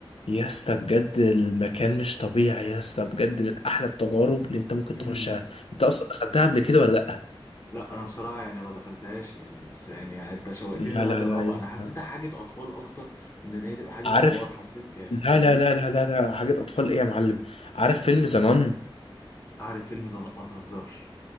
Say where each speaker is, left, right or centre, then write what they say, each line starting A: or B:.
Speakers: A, on the left; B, on the left.
A: يا اسطى بجد المكان مش طبيعي يا اسطى بجد من احلى التجارب اللي انت ممكن
B: امم
A: تخشها انت اصلا دخلتها قبل كده ولا لا
B: لا انا بصراحه يعني ما دخلتهاش يعني بس يعني يعني انت شوقتني
A: لا
B: ان انا
A: لا
B: اجربها
A: لا يا
B: انا
A: اسطى
B: حسيتها حاجه اطفال اكتر من ان هي تبقى حاجه
A: عارف
B: كبار حسيت يعني
A: لا
B: فاهم
A: لا لا لا لا لا حاجة أطفال إيه يا معلم عارف فيلم زنان
B: عارف فيلم زنق ما تهزرش